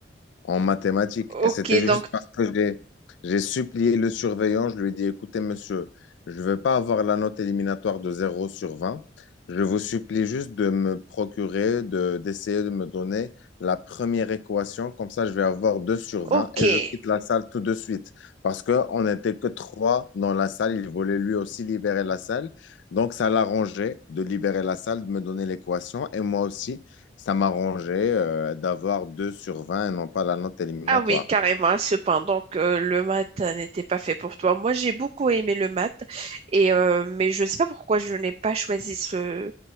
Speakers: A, on the left; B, on the right.
A: en mathématiques.
B: OK,
A: Et c'était juste
B: donc,
A: parce que j'ai, j'ai supplié le surveillant. Je lui ai dit, écoutez, monsieur, je ne veux pas avoir la note éliminatoire de zéro sur 20. Je vous supplie juste de me procurer, de, d'essayer de me donner la première équation. Comme ça, je vais avoir deux sur vingt
B: OK.
A: et je quitte la salle tout de suite. Parce qu'on n'était que trois dans la salle. Il voulait lui aussi libérer la salle. Donc, ça l'arrangeait de libérer la salle, de me donner l'équation. Et moi aussi, ça m'arrangeait euh, d'avoir 2 sur 20 et non pas la note éliminatoire.
B: Ah oui, carrément. Cependant que le maths n'était pas fait pour toi. Moi, j'ai beaucoup aimé le maths, et euh, mais je ne sais pas pourquoi je n'ai pas choisi ce,